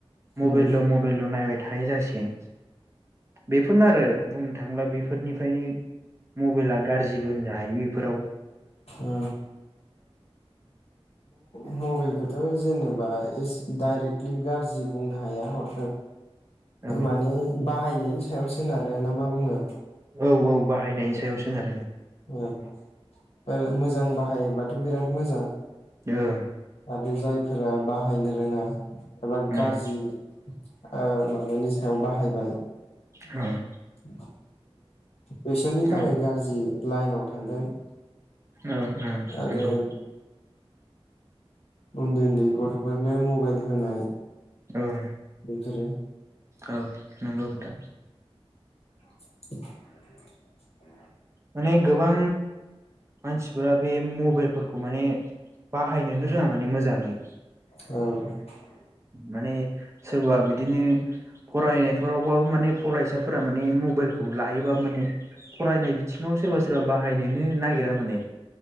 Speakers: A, on the right (about 25°); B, on the left (about 80°).
A: मबाइल
B: उम
A: ल मबाइल नायबाय थानाय जासिगोन बेफोरनो आरो बुंनो थाङोब्ला बेफोरनिफ्रायनो मबाइला गारजिबो होननो हायो फोराव
B: ओ म-मबाइलखोथ' जेनेबा इस डाइरेक्टलि गारजि बुंनो हाया ओ
A: औ
B: माने बाहायनायनि सायाव सोनारो ना मा बुङो
A: औ औ बाहायनायनि सायाव सोनार
B: ओं ओ मोजां बाहायोबाथ' बिराद मोजां
A: ओं
B: आरो जायफोरा बाहायनो रोङा एबा
A: ओं
B: गारजि ओ माबानि सायाव बाहायबाय
A: ओं
B: <unintelligible> बिसोरनि थाखाय
A: औ
B: गारजि लाइनाव थांगोन
A: ओं ओं
B: आरो
A: नोंगौ
B: उन्दै उन्दै गथ'फोरनो मबेल होनाय
A: ओं
B: <unintelligible>
A: औ नोंगौ नोंथां
B: <inaudible>
A: माने गोबां मानसिफोरा बे मबेलफोरखौ माने बाहायनोनो रोङा माने मोजाङै
B: औ
A: माने सोरबा बिदिनो फरायनायफोरावबाबो माने फरायसाफोरा माने मबेलखौ लायोबा माने फरायनाय बिथिङाव सोरबा सोरबा बाहायनोनो नागिरा माने